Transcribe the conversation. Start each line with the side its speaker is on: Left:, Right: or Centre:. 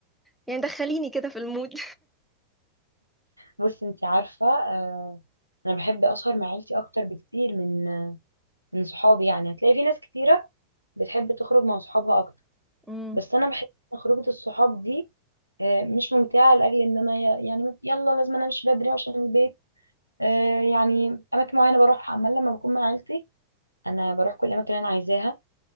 Centre: يعني دخليني كده في المود
Right: بصي انتي عارفه آه انا بحب اسهر مع عيلتي اكتر بكتير من من صحابي يعني هتلاقي في ناس كتيره بتحب تخرج مع صحابها اكتر
Centre: <laughs>
Right: بس انا بحس ان خروجه الصحاب دي آه مش ممتعه لاجل ان انا ي- يعني يلا لازم انا امشي بدري عشان البيت آه يعني اماكن معينه بروحها اما لما بكون مع عيلتي انا بروح كل الاماكن اللي انا عايزاها